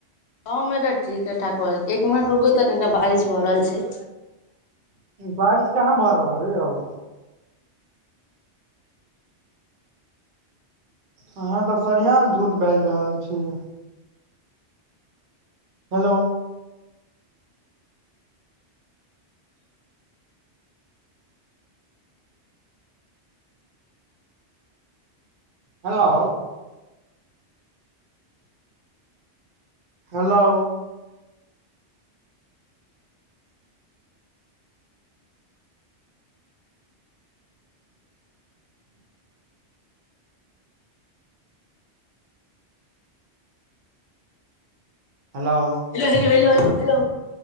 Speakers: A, on the left; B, on the right.
A: गाँव मऽ ठीके ठाक भ रह एक मिनट रुको तक कनिका बारिश भऽ रहल छै
B: बारिश कहाँ भऽ रहल आई आौ अहाँ तऽ सरियाम झूठ बाजि रहल छि hello hello hello hello
A: hello hello hello hello